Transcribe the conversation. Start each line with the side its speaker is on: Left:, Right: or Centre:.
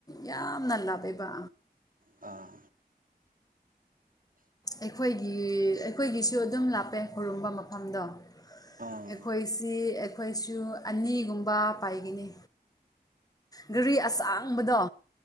Left: ꯌꯥꯝꯅ ꯂꯥꯞꯄ‌ꯦꯕ
Right: ꯑꯥ
Left: ꯑꯩꯈꯣꯏꯒꯤ ꯑꯩꯈꯣꯏꯒꯤꯁꯨ ꯑꯗꯨꯝ ꯂꯥꯞꯄꯦ ꯈꯨꯔꯨꯝꯕ ꯃꯐꯝꯗꯣ
Right: ꯑꯥ ꯎꯝ
Left: ꯑꯩꯈꯣꯏꯁꯤ ꯑꯩꯈꯣꯏꯁꯨ ꯑꯅꯤꯒꯨꯝꯕ ꯄꯥꯏꯒꯅꯤ ꯒꯥꯔꯤ ꯑꯁꯥꯡꯕꯗꯣ